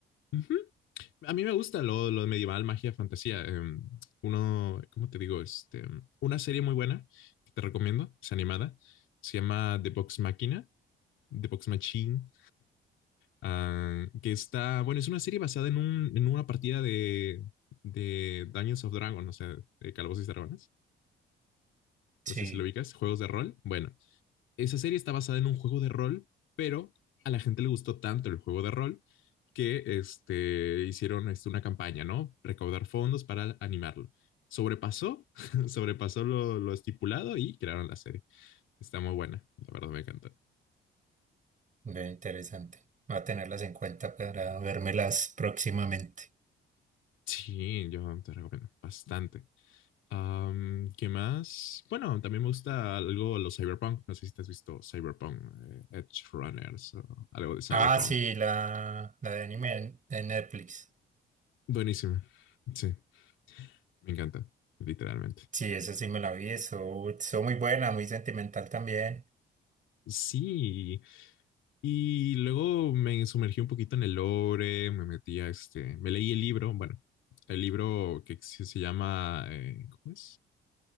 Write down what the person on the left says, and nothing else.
Ujú. A mí me gusta lo, lo medieval, magia, fantasía. Em, uno, ¿cómo te digo? Este, una serie muy buena que te recomiendo, es animada, se llama The Box Machina, The Box Machine, ah, que está, bueno, es una serie basada en, un, en una partida de, de Dungeons of Dragon, o sea, de Calabozos y Dragones.
No sé si lo ubicas, juegos de rol. Bueno, esa serie está basada en un juego de rol, pero a la gente le gustó tanto el juego de rol que este, hicieron este, una campaña, ¿no? Recaudar fondos para animarlo. Sobrepasó, <laughs> sobrepasó lo, lo estipulado y crearon la serie. Está muy buena, la verdad me encanta.
Sí, yo te recomiendo bastante. Um, ¿Qué más? Bueno, también me gusta algo los cyberpunk. No sé si te has visto cyberpunk, eh, Edge Runners o algo de cyberpunk.
Buenísimo. Sí, me encanta, literalmente.
Sí, y luego me sumergí un poquito en el lore, me metí a este, me leí el libro, bueno, el libro que se se llama, eh, ¿cómo es?